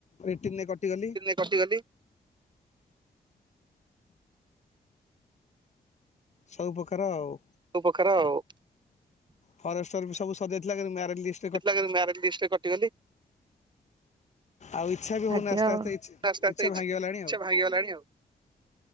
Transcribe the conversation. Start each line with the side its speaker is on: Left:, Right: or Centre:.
Left: ରେଟିନ କଟିଗଲି।
Right: <unintelligible>
Left: ସବୁ ପ୍ରକାର ଆଉ
Right: <unintelligible>
Left: ଫରେଷ୍ଟର ବି ସବୁ ସଜେଇଥିଲା <unintelligible>
Right: <unintelligible> ମ୍ୟାରେଜ ଲିଷ୍ଟରେ କଟିଦେଲି।
Left: ଆଉ ଇଚ୍ଛା ବି ହେଉନି
Right: ଭାଗ୍ୟ ଆସ୍ତେ
Left: ଇଚ୍ଛା ଇଚ୍ଛା
Right: ଆସ୍ତେଛା
Left: ଭାଙ୍ଗିଗଲାଣି
Right: <unintelligible>
Left: ଆଉ
Right: ଭାଇ ଗଲାଣି <unintelligible>